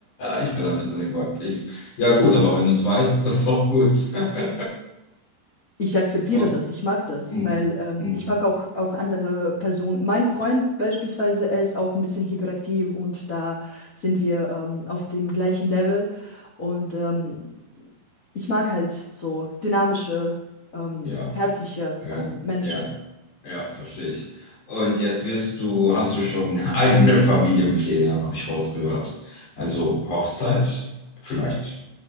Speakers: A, on the left (about 65°); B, on the left (about 30°).
A: Ich bin ein bisschen überaktiv. Ja gut, aber wenn du es weißt, ist das auch gut. <laughs>
B: Ich akzeptiere
A: Oh,
B: das, ich mag das,
A: mm,
B: weil ähm,
A: mm,
B: ich mag auch, auch andere Personen. Mein Freund beispielsweise, er ist auch ein bisschen hyperaktiv und da sind wir ähm, auf dem gleichen Level. Und ähm, ich mag halt so dynamische, ähm,
A: ja,
B: herzliche
A: äh,
B: ähm, Menschen.
A: ja. Ja, verstehe ich. Und jetzt wirst du, hast du schon <laughs> eigene Familienpläne, habe ich rausgehört. Also Hochzeit, vielleicht